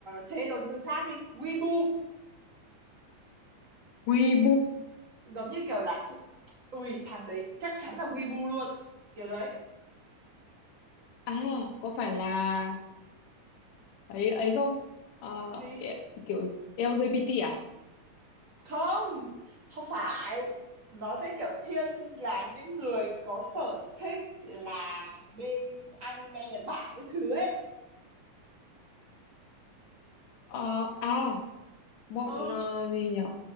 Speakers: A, on the right (about 30°); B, on the left (about 85°).
A: thế rồi từ khác đi Weibo
B: quy
A: giống như kiểu là th- ui thằng đấy chắc chắn là Weibo luôn kiểu đấy
B: à có phải là ấy ấy không Ờ,
A: gì
B: e- kiểu LGBT à
A: không không phải nó sẽ kiểu thiên là những người có sở thích là bên anime Nhật Bản cái thứ ấy
B: Ờ, à bọn
A: ừ
B: ờ, gì nhở